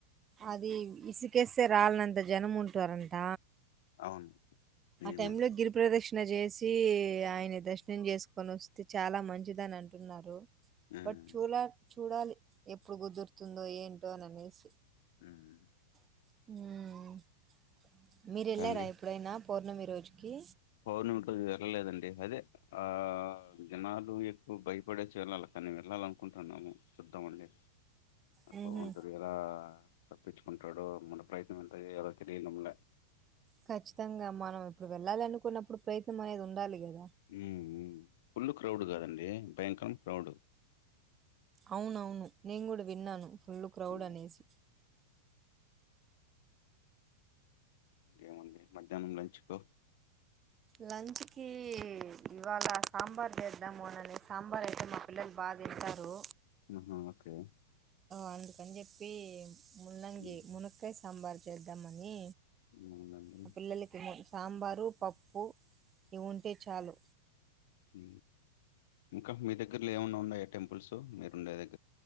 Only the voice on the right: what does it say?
అది ఇసుకేస్తే రాలనంత జనం ఉంటరంట
ఆ టైమ్ లో గిరి ప్రదేశం ణ జేసి ఆయని దర్శనం జేస్కొనొస్తే చాలా మంచిదనంటున్నారు.
బట్ చోలార్చ్. చూడాలి ఎప్పుడు గుదుర్తుందో ఏంటో ననేసి.
ఉమ్ మీరెళ్ళారా
ఎప్పుడైనా. పౌర్ణమి రోజుకి.
హుహు.
ఖచ్చితంగా మనం ఇప్పుడు వెళ్ళాలి అనుకున్నప్పుడు ప్రయత్నం అనేది ఉండాలి కదా
అవునవును నేను కూడా విన్నాను ఫుల్ క్రౌడ్
అనేసి
లంచ్ కి ఇవాళ సాంబార్ చేద్దాము అనేసి సాంబార్ అయితే మా పిల్లలు బాగాతింటారు
అందుకని చెప్పి ముల్లంగి
మునుక్కయ సాంబార్ చేద్దామని
మా పిల్లలకి ము సాంబారు పప్పు ఇవుంటే చాలు